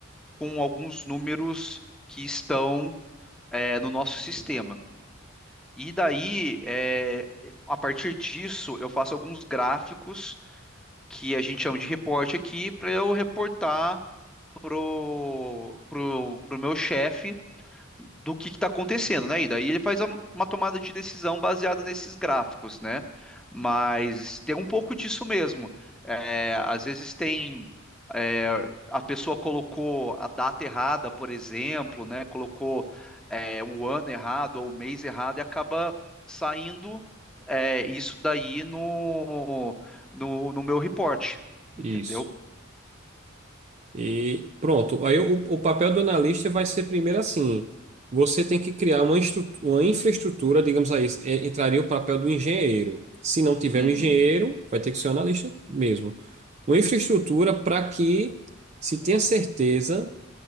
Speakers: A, in the centre; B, on the right.
A: com alguns números que estão é, no nosso sistema. E daí, é, a partir disso, eu faço alguns gráficos que a gente chama de reporte aqui para eu reportar pro, pro, pro meu chefe do que está acontecendo, né? E daí ele faz a- uma tomada de decisão baseada nesses gráficos, né? Mas tem um pouco disso mesmo. É, às vezes tem. é, a pessoa colocou a data errada, por exemplo, né? Colocou é, o ano errado ou o mês errado e acaba saindo é, isso daí no, no, no meu report, entendeu?
B: Isso. E pronto. Aí o, o papel do analista vai ser primeiro assim: você tem que criar uma, estru- uma infraestrutura, digamos aí, é, entraria o papel do engenheiro. Se não tiver
A: Uhum.
B: um engenheiro, vai ter que ser um analista mesmo. Uma infraestrutura para que se tenha certeza.